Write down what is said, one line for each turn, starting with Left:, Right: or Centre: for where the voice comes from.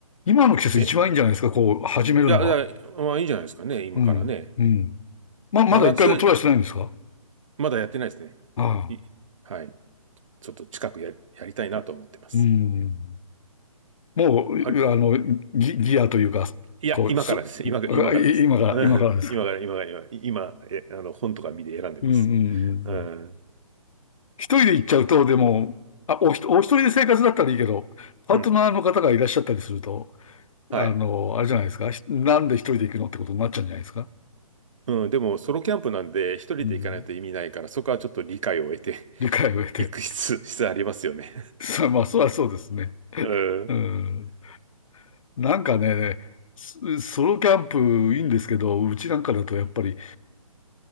Left: 今の季節一番いいんじゃないですか、
Right: え、
Left: こう、始めるのは。
Right: いや、いや、まあいいんじゃないですかね、今からね。
Left: うん、うん。ま、まだ一回もトライしてないんですか
Right: 真夏より、まだやってないですね。
Left: ああ、
Right: い、はい。ちょっと近くや、やりたいなと思ってます。
Left: うん。もう、
Right: あれ、
Left: あの、ギ、ギアというか、
Right: いや、
Left: こう、
Right: 今からです。
Left: す、
Right: 今、
Left: あい今から、
Right: 今からです。<laughs> うん今から、
Left: 今からですか。
Right: 今から、今、今、え、あの、本とか見で選んでます。
Left: うんうんうん。
Right: うん。
Left: 一人で行っちゃうと、でも、あ、おひと、お一人で生活だったらいいけど、パートナーの方がいらっしゃったりすると、
Right: うん。はい。
Left: あの、あれじゃないですか。ひなんで一人で行くのってことになっちゃうんじゃないですか。
Right: うん。でも、ソロキャンプなんで、一人で行かないと意味ないから、
Left: うん。
Right: そこはちょっと理解を得て、
Left: 理解を得て。
Right: <laughs> 行く必、必要ありますよね。
Left: <laughs> そまあ、そりゃそうですね。
Right: うん。
Left: うん。なんかね、スソロキャンプいいんですけど、うちなんかだとやっぱり、